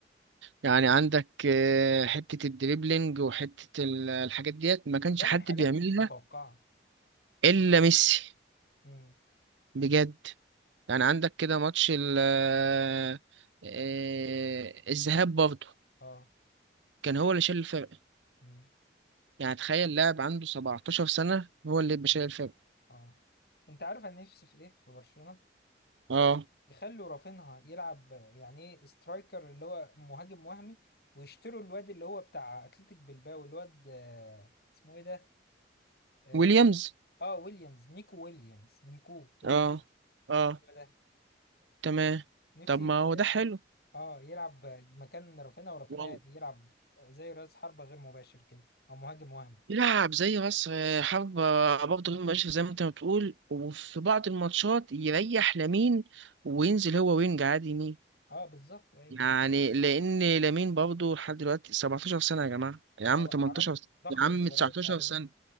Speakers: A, on the right; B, on the left.
A: يعني عندك آه، حته الدريبلينج وحته ال- الحاجات ديت ما كانش
B: بيعمل
A: حد
B: حاجات
A: بيعملها
B: مش متوقعة
A: الا ميسي
B: امم
A: بجد
B: أمم.
A: يعني عندك كده ماتش ال آه، آه، الذهاب برضه
B: اه
A: كان هو اللي شايل الفرق
B: أمم.
A: يعني تخيل لاعب عنده 17 سنه هو اللي بيشيل
B: آه.
A: الفرق
B: اه انت عارف انا نفسي في ايه في برشلونة
A: اه
B: يخلوا رافينها يلعب يعني ايه سترايكر اللي هو مهاجم وهمي ويشتروا الواد اللي هو بتاع اتلتيك بلباو الواد آه، اسمه ايه ده اه
A: ويليامز
B: آه، ويليامز نيكو ويليامز نيكو ويليامز
A: اه اه
B: هو ده
A: تمام
B: نفسي
A: طب ما هو
B: يلعب
A: ده حلو
B: اه يلعب مكان رافينها ورافينها
A: والله
B: يلعب زي راس حربة غير مباشر كده او مهاجم وهمي
A: يلعب زي مصر حابب برضه غير مباشر زي ما انت ما بتقول وفي بعض الماتشات يريح لامين وينزل هو وينج عادي يمين
B: اه بالظبط ايوه
A: يعني لان لامين برضه لحد دلوقتي 17 سنه يا جماعه يا عم
B: اه
A: 18
B: حرام
A: سنة.
B: ضغط
A: يا عم
B: المباريات
A: 19
B: عليه
A: سنه